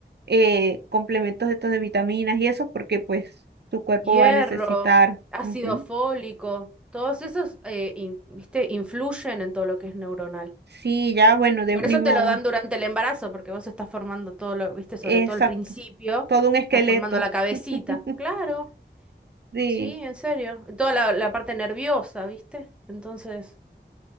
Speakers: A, on the right; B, in the centre.
A: eh, complementos de estos de vitaminas y eso, porque pues tu cuerpo
B: Hierro,
A: va a necesitar.
B: ácido
A: ujú.
B: fólico, todos esos, eh, in- viste, influyen en todo lo que es neuronal.
A: Sí, ya, bueno, de
B: Por
A: ni
B: eso
A: modo.
B: te lo dan durante el embarazo, porque vos estás formando todo lo, viste, sobre
A: Exacto.
B: todo al principio,
A: Todo un esqueleto.
B: estás formando la cabecita.
A: <laughs>
B: Claro,
A: Sí.
B: sí, en serio. Toda la, la parte nerviosa, viste. Entonces,